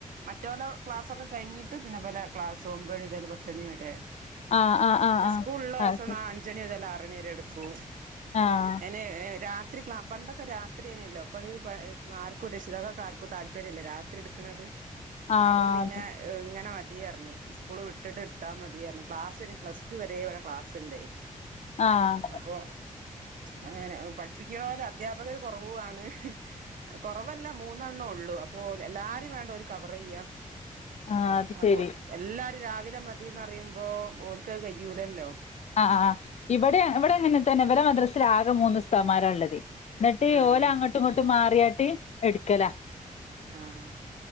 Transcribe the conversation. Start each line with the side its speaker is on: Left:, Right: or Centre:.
Right: മറ്റോല ക്ലാസ് ഒക്കെ കഴിഞ്ഞിട്ട് പിന്നെ പല ക്ലാസ് ഒമ്പണി തല് പത്തണി വരെ
Left: ആഹ് ആഹ് ആഹ്
Right: സ്കൂള്ളോസം
Left: ആഹ് അത്
Right: നാ അഞ്ചണി മുതലാറണി വരെ എടുക്കൂ
Left: ആഹ്
Right: എന്നെ രാത്രി ക്ലാ പണ്ടൊക്കെ രാത്രി അനെല്ലോ അപ്പോ ആർക്കും രഷിതാക്കക്കെ ആർക്കും താല്പര്യല്ല രാത്രി എടുക്ക ണത്
Left: ആഹ്
Right: അപ്പ പിന്നെ
Left: അത്
Right: ഇങ്ങനെ മതി പറഞ്ഞ് സ്കൂള് വിട്ട് ട്ടിട്ട് എടുത്താ മതിയറഞ്ഞു ക്ലാസ് പ്ലസ് ടു വരെ ഇവടെ ക്ലാസ് ഇണ്ടേ
Left: ആഹ്
Right: അപ്പോ അങ്ങനെ പഠിപ്പിക്കണോല് അദ്ധ്യാപകര് കൊറവുവാണ് കൊറവല്ല മൂന്നെണ്ണം ഉള്ളൂ അപ്പോ എല്ലാരും വേണ്ട ഒരു കവർ ചെയ്യാ
Left: ആഹ് അത്
Right: അപ്പോ
Left: ശരി
Right: എല്ലാരും രാവിലെ മതിന്നറിയുമ്പോ ഓൽക്കത് കയുലല്ലോ
Left: ആഹ് ആഹ് ഇവടെ ഇവടങ്ങനെ തന്നെ ഇവരെ മദ്രാസിലാകെ മൂന്ന് ഉസ്താദ് മാരാള്ളതി എന്നിട്ട്
Right: ആഹ്
Left: ഓലങ്ങോട്ടും ഇങ്ങോട്ടും മാറിയട്ട് എടുക്കല
Right: ആഹ്